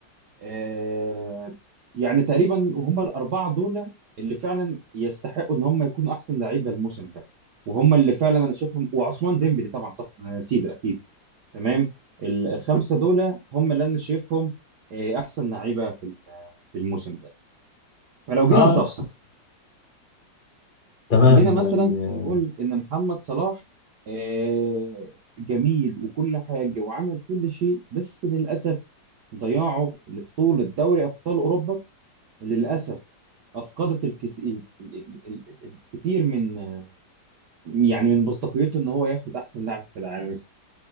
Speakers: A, on the right; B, on the left.
A: آه، يعني تقريبا هم الاربعه دول اللي فعلا يستحقوا ان هم يكونوا احسن لعيبه الموسم ده وهم اللي فعلا انا شايفهم وعثمان ديمبلي طبعا صح انا نسيت اكيد تمام ال- الخمسه دول هم اللي انا شايفهم آه، احسن لعيبه في ال- في الموسم ده فلو جينا
B: آه
A: نصفصف
B: تمام
A: خلينا مثلا
B: يعني
A: نقول ان محمد صلاح آه، جميل وكل حاجه وعمل كل شيء بس للاسف ضياعه لبطوله دوري ابطال اوروبا للأسف أفقدت الكس... ال... ال... ال... ال... ال- الكتير من يعني من مصداقيته إن هو ياخد أحسن لاعب في العالم السنة